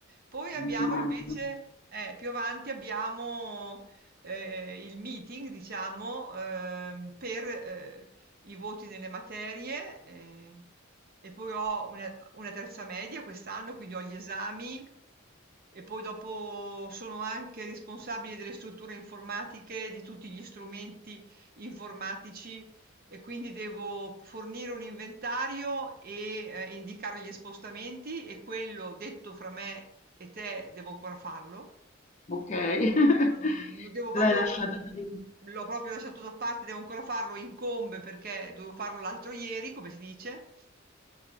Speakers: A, on the right; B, on the left.
A: Poi abbiamo
B: Immagino.
A: invece, eh, più avanti abbiamo eh, il meeting, diciamo, ehm, per eh, i voti nelle materie eh, e poi ho una, una terza media quest'anno, quindi ho gli esami e poi dopo sono anche responsabile delle strutture informatiche, di tutti gli strumenti informatici e quindi devo fornire un inventario e eh, indicare gli spostamenti e quello detto fra me e te devo ancora farlo.
B: Ok.
A: Cioè non,
B: <laughs>
A: non devo proprio,
B: L'hai lasciato. lì.
A: l'ho proprio lasciato da parte, devo ancora farlo, incombe perché dovevo farlo l'altro ieri, come si dice.